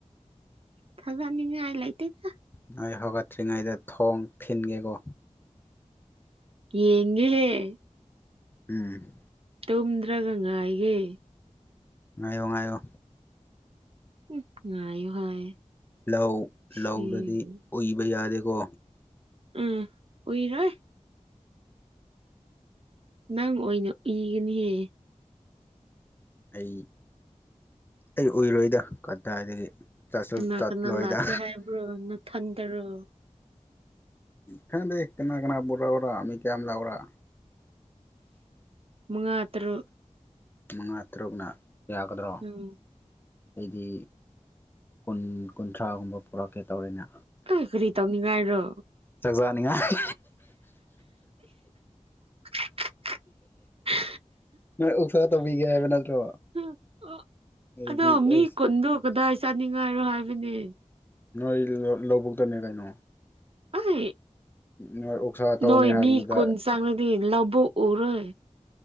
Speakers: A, on the right (about 50°); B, on the left (about 15°).
A: ꯊꯖꯥꯅꯤꯡꯉꯥꯏ ꯂꯩꯇꯦꯗ
B: ꯅꯣꯏ ꯍꯧꯒꯠꯇ꯭ꯔꯤꯉꯩꯗ ꯊꯣꯡ ꯊꯤꯟꯒꯦꯀꯣ
A: ꯌꯦꯡꯉꯦꯍꯦ
B: ꯎꯝ
A: ꯇꯨꯝꯗ꯭ꯔꯒ ꯉꯥꯏꯒꯦ
B: ꯉꯥꯏꯌꯣ ꯉꯥꯏꯌꯣ
A: ꯎ ꯉꯥꯏꯌꯨ ꯍꯥꯏ
B: ꯂꯧ
A: ꯁꯤꯕꯨ
B: ꯂꯧꯗꯗꯤ ꯎꯏꯕ ꯌꯥꯗꯦꯀꯣ
A: ꯎꯝ ꯎꯏꯔꯣꯏ ꯅꯪ ꯑꯣꯏꯅ ꯎꯏꯒꯅꯤꯍꯦ
B: ꯑꯩ ꯑꯩ ꯎꯏꯔꯣꯏꯗ ꯀꯗꯥꯏꯗꯒꯤ ꯆꯠꯁꯨ
A: ꯀꯅꯥ
B: ꯆꯠꯂꯣꯏꯗ
A: ꯀꯅꯥ ꯂꯥꯛꯀꯦ ꯍꯥꯏꯕ꯭ꯔꯣ ꯅꯊꯟꯇꯔꯣ
B: ꯈꯪꯗꯦ ꯀꯅꯥ ꯀꯅꯥ ꯄꯨꯔꯣꯎꯔꯥ ꯃꯤ ꯀꯌꯥꯝ ꯂꯥꯎꯔꯥ
A: ꯃꯉꯥ ꯇꯔꯨꯛ
B: ꯃꯉꯥ ꯇꯔꯨꯛꯅ ꯌꯥꯒꯗ꯭ꯔꯣ
A: ꯎꯝ
B: ꯑꯩꯗꯤ ꯀꯨꯟ ꯀꯨꯟꯊ꯭ꯔꯥꯒꯨꯝꯕ ꯄꯨꯔꯛꯀꯦ ꯇꯧꯔꯦꯅ
A: ꯑꯦ ꯀꯔꯤ ꯇꯧꯅꯤꯡꯉꯥꯏꯔꯣ
B: ꯆꯥꯛ ꯆꯥꯅꯤꯡꯉꯥꯏ
A: <inaudible>
B: ꯅꯣꯏ ꯑꯣꯛꯁꯥ ꯇꯧꯕꯤꯒꯦ ꯍꯥꯏꯕ ꯅꯠꯇ꯭ꯔꯣ
A: ꯍꯝ, ꯑ,
B: ꯑꯩꯗꯤ
A: ꯑꯗꯣ ꯃꯤ
B: ꯑꯁ
A: ꯀꯨꯟꯗꯣ ꯀꯗꯥꯏ ꯆꯥꯅꯤꯡꯉꯥꯏꯔꯣ ꯍꯥꯏꯕꯅꯦ
B: ꯅꯣꯏ ꯂꯧꯕꯨꯛꯇꯅꯦ ꯀꯩꯅꯣ
A: ꯑꯩ
B: ꯅꯣꯏ ꯑꯣꯛꯁꯥ ꯇꯧꯅꯤ
A: ꯅꯣꯏ
B: ꯍꯥꯏꯕꯗꯨꯗ
A: ꯃꯤ ꯀꯨꯟ ꯆꯥꯡꯔꯗꯤ ꯂꯧꯕꯨꯛꯎꯔꯣꯏ